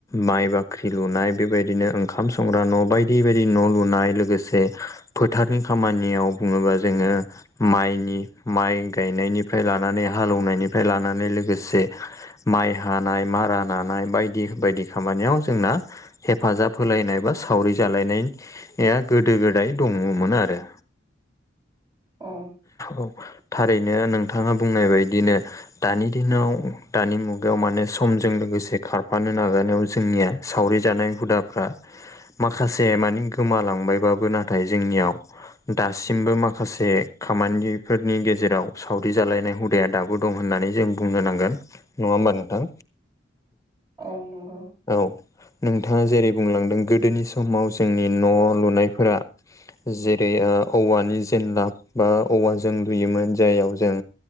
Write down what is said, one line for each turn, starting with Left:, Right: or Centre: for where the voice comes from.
Left: माइ बाख्रि लुनाय बेबायदिनो ओंखाम संग्रा न' बायदि -बायदि न' लुनाय लोगोसे फोथारनि खामानियाव बुङोबा जोङो माइनि माइ गायनायनिफ्राय लानानै हालेनायनिफ्राय लानानै लोगोसे माइ हानाय मारा नानाय बायदि बायदि खामानियाव जोंना हेफाजाब होलायनाय बा सावरि जालायनायनि गोदो गोदाय दङमोन आरो।
Right: अ
Left: औ थारैनो नोंथाङा बुंनाय बायदिनो दानि दिनाव दानि मुगायाव माने समजों लोगोसे खारफानो नाजानायाव जोंनिया सावरि जानाय हुदाफ्रा माखासे मानि गोमालांबायबाबो नाथाय जोंनियाव दासिमबो माखासे खामानिफोरनि गेजेराव सावरि जालायनाय हुदाया दाबो दं होननानै जों बुंनो नांगोन नङा होमबा नोंथां।
Right: औ नंगौ
Left: औ नोंथाङा जेरै बुंलांदों गोदोनि समाव जोंनि न' लुनायफोरा जेरै औवानि जेनला बा औवााजों लुयोमोन जाययाव जों